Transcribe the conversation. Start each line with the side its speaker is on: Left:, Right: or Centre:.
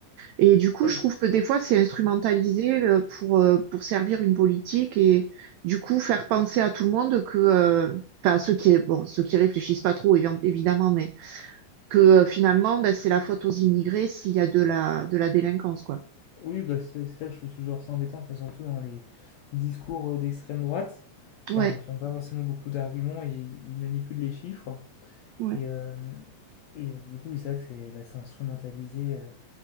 Right: Et du coup,
Left: Ouais,
Right: je trouve que des fois, c'est instrumentalisé euh, pour, euh, pour servir une politique et du coup, faire penser à tout le monde que, euh, enfin, ceux qui, bon, ceux qui réfléchissent pas trop, évi- évidemment, mais que euh, finalement, ben, c'est la faute aux immigrés s'il y a de la, de la délinquance, quoi.
Left: Oui, bah, c'est c'est ça que je trouve toujours ça embêtant, enfin, surtout dans les discours, heu, d'extrême droite, enfin,
Right: Ouais,
Left: qui n'ont pas forcément beaucoup d'arguments, ils ils manipulent les chiffres
Right: ouais,
Left: et hem et heu, du coup, oui, c'est vrai que c'est, bah, c'est instrumentalisé, heu,